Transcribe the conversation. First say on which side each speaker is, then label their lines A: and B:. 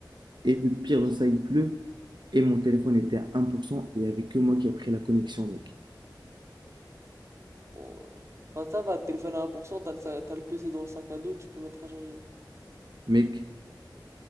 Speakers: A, on the right; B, on the right.
A: Et le pire dans ça, il pleut, et mon téléphone était à 1%, et il n'y avait que moi qui a pris la connexion, mec.
B: Bon, euh, Enfin, ça va, téléphone à 1%, t'as le, sa- t'as le PC dans le sac à dos, tu peux mettre à charger.
A: Mec,